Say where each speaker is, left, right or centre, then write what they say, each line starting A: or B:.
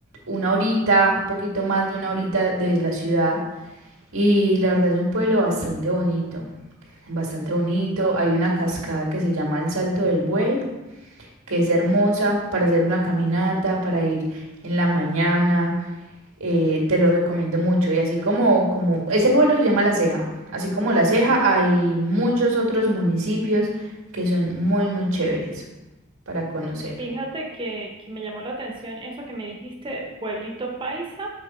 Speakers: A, on the right; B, on the right.
A: una horita, un poquito más de una horita de la ciudad. Y la verdad es un pueblo bastante bonito, bastante bonito. Hay una cascada que se llama el Salto del Buey, que es hermosa para hacer una caminata, para ir en la mañana eh, te lo recomiendo mucho. Y así como, como, ese pueblo se llama La Ceja. Así como La Ceja, hay muchos otros municipios que son muy, muy chéveres para conocer.
B: Fíjate que, que me llamó la atención eso que me dijiste, Pueblito Paisa.